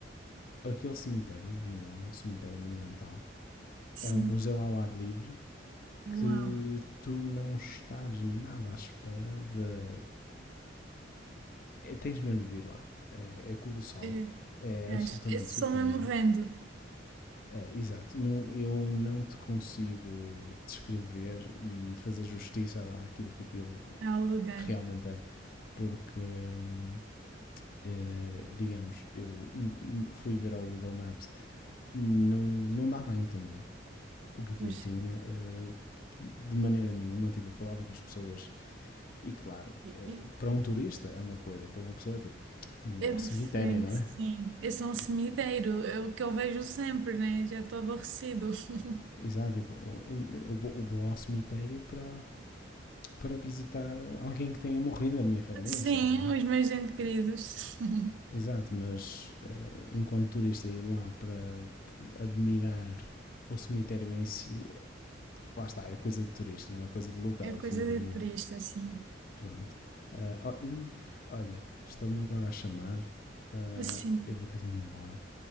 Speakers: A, on the left (about 45°); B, on the right (about 75°).
A: aquele cemitério de Milão, um cemitério monumental,
B: Sim.
A: é um museu ao ar livre
B: Uau.
A: que tu não estás nada à espera de. é- tens mesmo de ir lá. É, é colossal,
B: É,
A: é absolutamente
B: acho que é só
A: surpreendente.
B: mesmo vendo
A: É, exato. Não, eu não te consigo descrever e fazer justiça àquilo que aquilo
B: ao lugar.
A: realmente é, porque hum, eh, digamos, eu fui ver ao Google Maps, não, não dava a entender o que aquilo
B: Pois.
A: tinha eh, de maneira nenhuma. Tipo, eu falava com as pessoas e, claro,
B: E,
A: eh,
B: e
A: para um turista é uma coisa, para uma pessoa é tipo, eu não
B: é
A: vou
B: diferente,
A: ao cemitério, não
B: sim.
A: é?
B: Esse é um cemitério,
A: Tipo,
B: é o que eu vejo sempre, né? Já estou aborrecido. <laughs>
A: Exato, tipo, o- o- eu vou ao cemitério para, para visitar alguém que tenha morrido da minha família,
B: Sim,
A: sei lá, não é?
B: os meus entes queridos. <laughs>
A: Exato, mas eh, enquanto turista ir lá para admirar o cemitério em si lá está, é coisa de turista, não é coisa de local,
B: É
A: definitivamente.
B: coisa de turista, assim.
A: Pronto. Ah, olha, estão-me agora a chamar. Ah,
B: Assim.
A: eu vou ter de ir embora.